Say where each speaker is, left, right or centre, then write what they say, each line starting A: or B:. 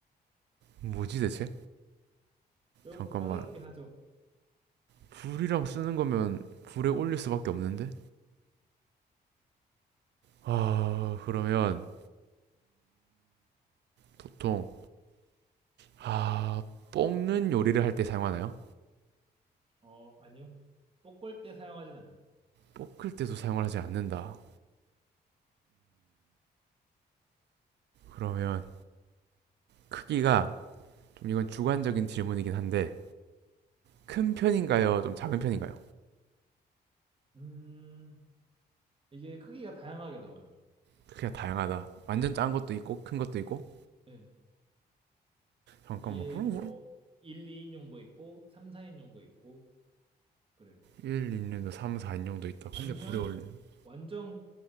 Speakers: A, on the right; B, on the right.
A: 뭐지 대체?
B: 조금
A: 잠깐만.
B: 까다롭긴 하죠.
A: 불이랑 쓰는 거면 불에 올릴 수밖에 없는데? 아, 그러면 보통 아, 볶는 요리를 할 때 사용하나요?
B: 어, 아니요. 볶을 때 사용하진 않아요.
A: 볶을 때도 사용을 하지 않는다. 그러면 크기가 좀 이건 주관적인 질문이긴 한데 큰 편인가요? 좀 작은 편인가요?
B: 음, 이게 크기가 다양하게 나와요.
A: 그게 다양하다. 완전
B: 네.
A: 작은 것도 있고 큰 것도 있고
B: 네.
A: 잠깐만
B: 이게
A: 그럼
B: 뭐 1, 2인용도 있고 3, 4인용도 있고 그래요.
A: 1, 2인용도 3, 4인용도 있다.
B: 아니면
A: 근데 불에 올린는
B: 완전